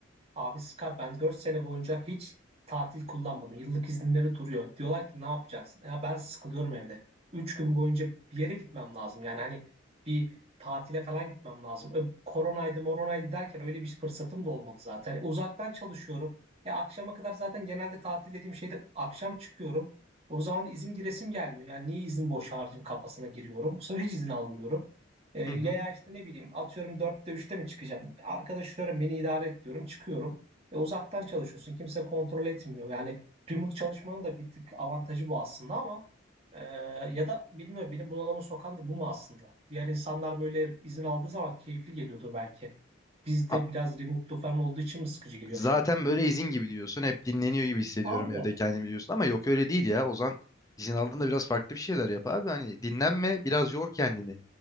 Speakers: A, on the right (about 30°); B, on the left (about 20°).
A: Abi Scar ben 4 sene boyunca hiç tatil kullanmadım. Yıllık izinleri duruyor. Diyorlar ki ne yapacaksın? Ya ben sıkılıyorum evde. üç gün boyunca bir yere gitmem lazım. Yani hani bir tatile falan gitmem lazım. E, koronaydı moronaydı derken öyle bir fırsatım da olmadı zaten. E, uzaktan çalışıyorum. E, akşama kadar zaten genelde tatil dediğim şeyde akşam çıkıyorum. E, O zaman izin giresim gelmiyor. Yani niye izin boş harcayayım kafasına giriyorum. Bu sefer hiç izin almıyorum. E, ya
B: Hı hı.
A: ya işte ne bileyim atıyorum dörtte üçte mi çıkacağım? Arkadaş diyorum beni idare et diyorum çıkıyorum. E, uzaktan çalışıyorsun kimse kontrol etmiyor. Yani remote çalışmanın da bir tık avantajı bu aslında ama e, ya da bilmiyorum beni bunalıma sokan da bu mu aslında? Diğer insanlar böyle izin aldığı zaman keyifli geliyordur belki. Bizde
B: A-
A: biraz remote'lu falan olduğu için mi sıkıcı geliyor
B: Zaten
A: acaba?
B: böyle izin gibi diyorsun. Hep dinleniyor gibi hissediyorum
A: Aynen.
B: evde kendimi diyorsun. Ama yok öyle değil ya. Ozan izin aldığında biraz farklı bir şeyler yap abi. Hani dinlenme biraz yor kendini.